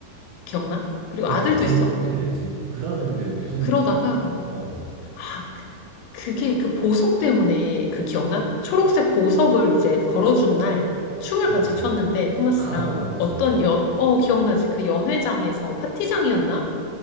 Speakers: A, on the left (about 85°); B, on the right (about 80°).
A: 기억나? 그리고
B: 어,
A: 아들도
B: 그 다음에
A: 있었고.
B: 어떻게 됐지? 그 다음에 근데 무슨,
A: 그러다가
B: 어,
A: 아, 그, 그게 그 보석 때문에 그 기억나? 초록색 보석을 이제 걸어준 날 춤을
B: 어.
A: 같이 췄는데 토마스랑
B: 아, 어, 어, 맞아,
A: 어떤
B: 맞아.
A: 연, 어, 기억나지? 그 연회장에서 파티장이었나?